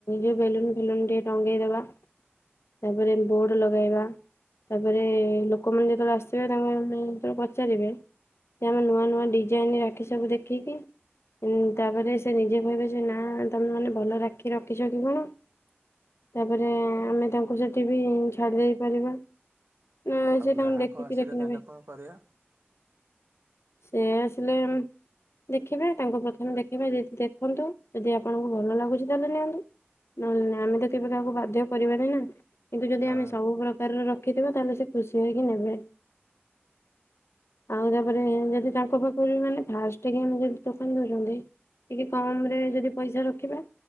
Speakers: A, on the left (about 80°); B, on the right (about 65°).
A: ଯୋଉ ବେଲୁନ ଫେଲୁନ ଟିକେ ଟଙ୍ଗେଇଦବା। ତାପରେ ବୋର୍ଡ ଲଗେଇବା ତାପରେ ଲୋକମାନେ ଯେତେବେଳେ ଆସିବେ ତାଙ୍କ ପାଇଁ ତେଣୁ ପଚାରିବେ ସେମାନେ ନୂଆ ନୂଆ ଡିଜାଇନ ରାକ୍ଷୀ ସବୁ ଦେଖିକି ତାପରେ ସେ ନିଜେ କହିବେ ଯେ ନା ତମେ ମାନେ ଭଲ ରାକ୍ଷୀ ରଖିଛ କି କଣ? ତାପରେ ଆମେ ତାଙ୍କୁ ସେଠି ବି ଛାଡ଼ି ଦେଇ ପାରିବା। ନା
B: ଆଉ
A: ସେ
B: ଗ୍ରାହକ
A: ତାଙ୍କୁ ଦେଖିକି
B: ଆସିଲେ
A: ଦେଖିନେବେ।
B: ତାହେଲେ କଣ କରିବା
A: ସେ ଆସିଲେ ଦେଖିବେ ତାଙ୍କୁ ପ୍ରଥମେ ଦେଖିବେ ଦେଖନ୍ତୁ ଯଦି ଆପଣଙ୍କୁ ଭଲ ଲାଗୁଚି ତାହେଲେ ନିଅନ୍ତୁ। ନହେଲେ ନାଇଁ ଆମେ ତ କେବେ କାହାକୁ ବାଧ୍ୟ କରିବାନି ନା କିନ୍ତୁ ଯଦି
B: ହଁ
A: ଆମେ ସବୁ ପ୍ରକା ତାରେ ରଖିଥିବା ତାହେଲେ ସେ ଖୁସି ହେଇକି ନେବେ। ଆଉ ତାପରେ ଏମ୍ ଯଦି ତାଙ୍କ ପାଖରୁ ମାନେ ଫାଷ୍ଟ କି ଆମେ ଯଦି ଦୋକାନ ଦଉଛନ୍ତି ଟିକେ କମ ରେ ଯଦି ପଇସା ରଖିବା।